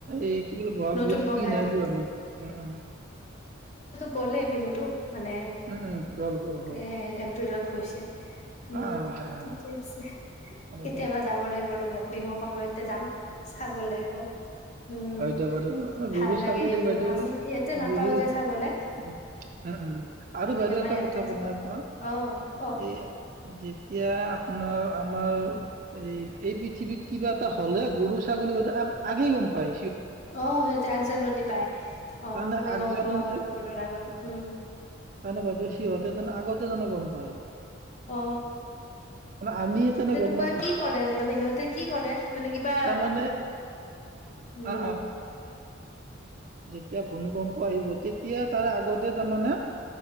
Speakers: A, on the right (about 40°); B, on the left (about 35°).
A: এই কি বোলে ব'হাগ
B: নতুন
A: বিহুত
B: পঘা
A: পিন্ধাই
B: দিয়ে
A: দিও আমি, উম উম।
B: ক'লে বিহুতোক মানে
A: উম উম গ'ল গ'ল গ'ল
B: এ এপ্ৰিলত গৈছে। উম
A: অ হয় হয়
B: ঠিকে আছে,
A: হয়
B: কেতিয়াবা
A: দিয়ক
B: যাব লাগিব ৰব। বিহুৰ সময়তে যাম, চাব লাগিব। উম
A: হয় দিয়ক বাইদেউ, নে
B: ভাল
A: গৰু
B: লাগে
A: ছাগলী
B: এইবোৰ
A: বাইদেউ
B: আমি ইয়াতে নাপাও
A: বহুত,
B: যে চাবলে
A: উম উম উম। আৰু বাইদেউ
B: আমাৰ
A: এটা
B: ইয়াতে
A: কথা কও মই আপনাক
B: অ কওক
A: এ <unintelligible> এতিয়া আপনাৰ আমাৰ এই এই পৃথিৱী কিবা এটা হ'লে গৰু ছাগলী কেইটা আগে গম পাই।
B: অ সিহঁতে আগ জাননী পায়। অ
A: তামানে
B: ভূমিকম্প
A: আগজাননীতো
B: এইবোৰৰ আগত উম
A: অ তামানে বাইদেউ সিহঁতে জানো আগতে জানো গম পাই।
B: অ
A: আমি তেনে
B: তেনেকুৱা
A: গম নাপাওঁ
B: কি কৰে? মানে সিহঁতে কি কৰে মানে কিবা,
A: তাৰমানে
B: উম।
A: অ তেতিয়া ভূমিকম্প আহিব তেতিয়া তাৰে আগতে তামানে